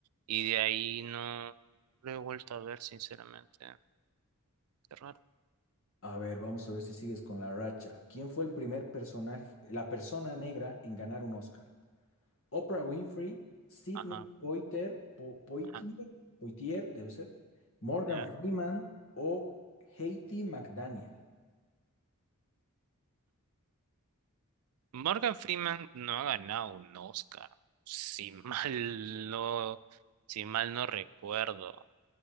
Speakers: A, on the right; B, on the left.
A: y de ahí no lo he vuelto a ver, sinceramente. Qué raro.
B: A ver, vamos a ver si sigues con la racha. ¿Quién fue el primer personaje, la persona negra en ganar un Oscar? Oprah Winfrey, Sidney
A: Ajá,
B: Poitier, Po- Poitier,
A: ajá,
B: Poitier, debe ser, Morgan
A: ya.
B: Freeman o Haiti McDaniel.
A: Morgan Freeman no ha ganado un Oscar, si <laughs> mal no, si mal no recuerdo.